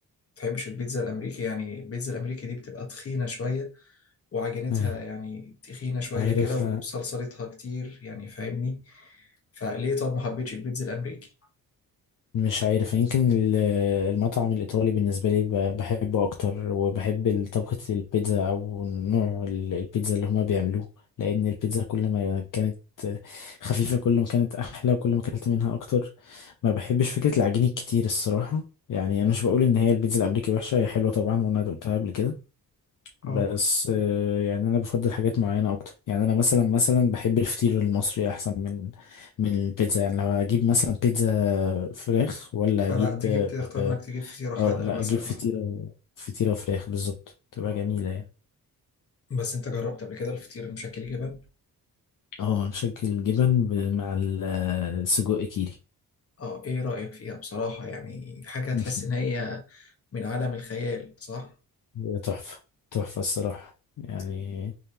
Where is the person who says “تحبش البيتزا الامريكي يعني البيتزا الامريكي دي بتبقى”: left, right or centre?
Left